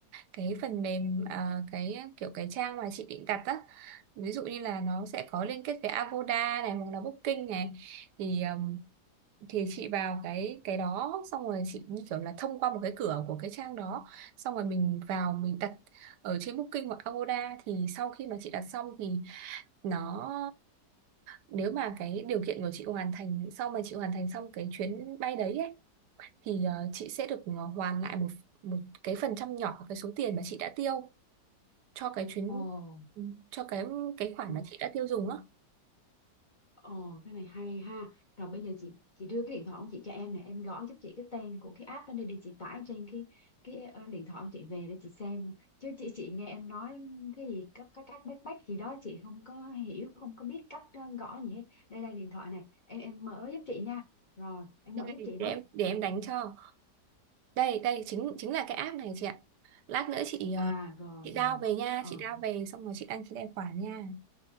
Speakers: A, on the right (about 75°); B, on the left (about 35°).
A: cái phần mềm ờ, cái kiểu cái trang mà chị định đặt á ví dụ như là nó sẽ có liên kết với Agoda này hoặc là Booking này thì thì chị vào cái cái đó xong rồi chị như kiểu là thông qua một cái cửa của cái trang đó xong rồi mình vào mình đặt ở trên Booking hoặc Agoda thì sau khi mà chị đặt xong thì nó nếu mà cái điều kiện của chị hoàn thành sau mà chị hoàn thành xong cái chuyến bay đấy ấy, thì ờ, chị sẽ được ờ, hoàn lại một một cái phần trăm nhỏ cái số tiền mà chị đã tiêu cho cái chuyến
B: Ồ,
A: cho cái cái khoản
B: ồ,
A: mà chị đã tiêu dùng á
B: ồ, cái này hay ha. Rồi bây giờ chị chị đưa cái điện thoại của chị cho em này, em gõ giúp chị cái tên của cái app đó đi để chị tải trên cái cái ờ, điện thoại của chị về để chị xem. Chứ chị chị nghe em nói cái gì các các các bách bách gì đó chị không có hiểu, không có biết cách ờ, gõ gì hết. Đây đây điện thoại này, em em mở giúp chị nha. Rồi, em
A: Đây.
B: mở giúp chị
A: để
B: với.
A: em để em đánh cho đây đây chính chính là cái app này chị ạ lát nữa chị
B: À
A: ờ,
B: rồi
A: chị down
B: rồi.
A: về nha
B: Ờ
A: chị down về xong rồi chị đăng ký tài khoản nha